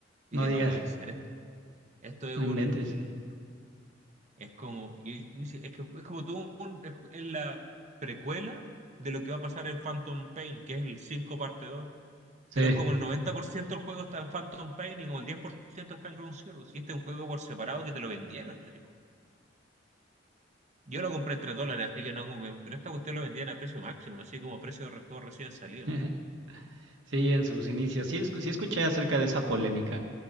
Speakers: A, on the right; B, on the right.
A: Y
B: No
A: que
B: digas,
A: no puede ser esto. Esto es
B: no
A: un.
B: inventes.
A: Es como. y- y sí, Es que es como tú. un- es es la precuela de lo que va a pasar en Phantom Pain, que es el 5 parte dos
B: Sí,
A: Pero es como el 90% del juego está en Phantom Pain y como el 10% está en Ground Zero. Si este es un juego por separado que te lo vendieron. así como. Yo lo compré en 3 dólares, así que no. me- Pero esta cuestión lo vendían a precio máximo, así como precio de re- juego recién salido.
B: <laughs> sí, en sus inicios. Sí, escu- sí escuché acerca de esa polémica.